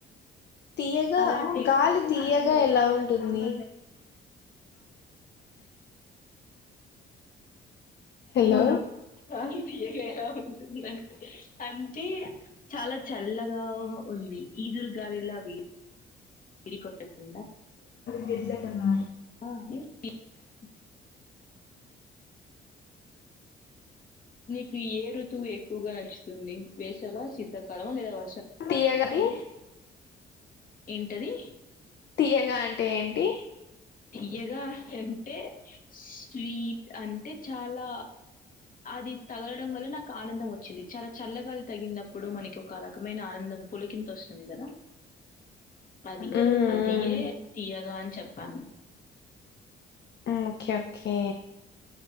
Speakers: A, on the left; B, on the left.
A: తియ్యగా
B: అలాంటి
A: గాలి తియ్య ఎలా ఉంటుంది హలో
B: ఆ ఏముంటుందంటే అంతే ఇగ చాలా చల్లగా హో ఉంది ఈదుర్ గాలిలా వే <inaudible> డి కొట్ట కుండా
A: గడ్ల కన్నా
B: ఆహే <unintelligible> నీకు ఏ రుతువు ఎక్కువగా నచ్చుతుంది వేసగా శీతాకాలం లేదా వ
A: తీయగటి
B: ఏంటది
A: తీయ్యగా అంటే ఏంటి
B: తీయ్యగా అంటే స్వీట్ అంటే చాలా నిద్ తగలడం వల్ల నాకు ఆనందం వచ్చింది చాలా చల్లగాలి తగిలినప్పుడు మనకి ఒక రకమైన ఆనందం పులకి అంతోస్తుంది గాదా అది
A: ఉమ్
B: అదియే తీయ్యగా అని చెప్పాను
A: ఆఓకే ఓకే